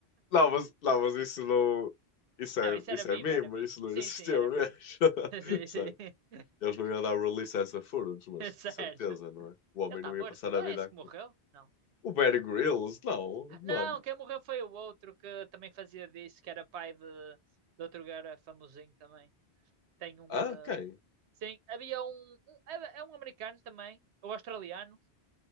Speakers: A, on the left (about 60°); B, on the right (about 85°).
A: Não, mas, não, mas isso não. Isso
B: Não,
A: é,
B: isso
A: isso
B: era meme,
A: é mimo,
B: era meme.
A: isso não
B: Sim,
A: existiu
B: sim, era meme.
A: mesmo. <laughs>
B: <laughs> Sim,
A: Sério.
B: sim. <laughs>
A: Eles não iam dar release a essa Furious, mas
B: É sério.
A: de certeza,
B: Ele
A: não é? O homem
B: está
A: não
B: morto.
A: ia passar
B: Não
A: a
B: é
A: vida
B: esse
A: aqui.
B: que morreu? Não.
A: O Bear Grylls, não, mano.
B: Não, quem morreu foi o outro que também fazia disso, que era pai de, de outro cara famosinho também. Tem um.
A: Ah,
B: hum,
A: quem?
B: sim, havia um, um- É é um americano também, ou australiano,